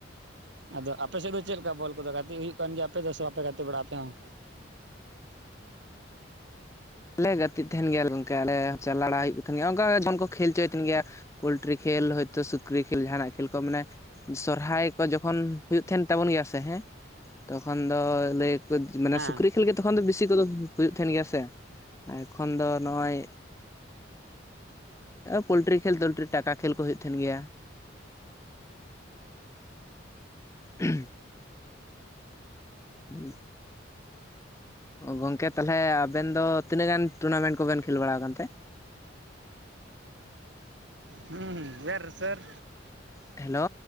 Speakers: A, on the right (about 70°); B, on the left (about 15°).
A: ᱟᱫᱚ ᱟᱯᱮ ᱥᱮᱫ ᱫᱚ ᱪᱮᱫᱞᱮᱠᱟ ᱵᱚᱞ ᱠᱚᱫᱚ ᱜᱟᱛᱮᱜ ᱦᱩᱭᱩᱜ ᱠᱟᱱ ᱜᱮᱭᱟ ᱟᱯᱮ ᱫᱚ ᱥᱮ ᱵᱟᱯᱮ ᱜᱟᱛᱮ ᱵᱟᱲᱟᱜᱼᱟ ᱟᱯᱮ ᱦᱚᱸ
B: ᱞᱮ ᱜᱟᱛᱮᱜ ᱛᱟᱦᱮᱸᱱ ᱜᱮᱭᱟ ᱞᱮ ᱜᱚᱝᱠᱮ ᱟᱞᱮ ᱦᱚᱸ ᱪᱟᱞᱟᱣ ᱵᱟᱲᱟ ᱦᱩᱭᱩᱜ ᱠᱟᱱ ᱛᱟᱦᱮᱸᱱ ᱜᱮᱭᱟ ᱚᱱᱠᱟ ᱡᱮᱢᱚᱱ ᱠᱚ ᱠᱷᱮᱞ ᱪᱚᱭᱮᱫ ᱛᱟᱦᱮᱸᱱ ᱜᱮᱭᱟ ᱯᱳᱞᱴᱨᱤ ᱠᱷᱮᱞ ᱦᱚᱳᱭᱛᱳ ᱥᱩᱠᱨᱤ ᱠᱷᱮᱞ ᱡᱟᱦᱱᱟᱜ ᱠᱷᱮᱞ ᱠᱚ ᱢᱟᱱᱮ ᱥᱚᱨᱦᱟᱭ ᱠᱚ ᱡᱚᱠᱷᱚᱱ ᱦᱩᱭᱩᱜ ᱛᱟᱦᱮᱸᱱ ᱛᱟᱵᱚᱱ ᱜᱮᱭᱟ ᱥᱮ ᱦᱮᱸ ᱛᱚᱠᱷᱚᱱ ᱫᱚ ᱞᱟᱹᱭ ᱢᱟᱱᱮ
A: ᱦᱮᱸ
B: ᱥᱩᱠᱨᱤ ᱠᱷᱮᱞ ᱜᱮ ᱛᱚᱠᱷᱚᱱ ᱫᱚ ᱵᱮᱥᱤ ᱠᱚᱫᱚ ᱦᱩᱭᱩᱜ ᱛᱟᱦᱮᱸᱱ ᱜᱮᱭᱟ ᱥᱮ ᱮᱠᱷᱚᱱ ᱫᱚ ᱱᱚᱜᱼᱚᱭ ᱯᱳᱚᱞᱴᱨᱤ ᱠᱷᱮᱞ ᱫᱚᱞᱴᱨᱤ ᱴᱟᱠᱟ ᱠᱷᱮᱞ ᱠᱚ ᱦᱩᱭᱩᱜ ᱛᱟᱦᱮᱸᱱ ᱜᱮᱭᱟ ᱩ ᱦᱳᱭ ᱥᱮ ᱜᱚᱝᱠᱮ ᱛᱟᱦᱚᱞᱮ ᱟᱵᱮᱱ ᱫᱚ ᱛᱤᱱᱟᱹᱜ ᱜᱟᱱ ᱴᱩᱨᱱᱟᱢᱮᱱᱴ ᱠᱚᱵᱮᱱ ᱠᱷᱮᱞ ᱵᱟᱲᱟ ᱟᱠᱟᱱ ᱛᱮ
A: ᱦᱩᱸᱮᱨ ᱥᱮᱨ
B: ᱦᱮᱞᱳ